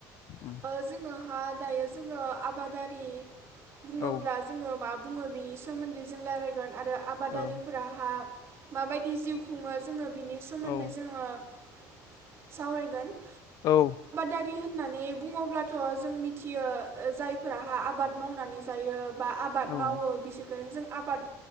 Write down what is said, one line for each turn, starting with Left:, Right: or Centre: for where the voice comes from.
Left: उम
Right: ओ जोङोहा <inaudible> दायो जोङो आबादारि <inaudible> बुङोब्ला
Left: औ ओ
Right: जोङो मा <inaudible> बुङो बेनि सोमोन्दै जों राय्लायगोन <inaudible> आरो आबादारिफोराहा
Left: औ
Right: <inaudible> माबायदि जिउ खुङो जोङो <inaudible> बिनि सोमोन्दै
Left: औ
Right: जोङो <inaudible> सावरायगोन। <inaudible>
Left: औ।
Right: दारि होननानै बुङोब्लाथ' जों मिथियो जायफोराहा आबाद मावनानै जायो बा आबाद
Left: औ
Right: मावो बिसोरखोनो जों आबाद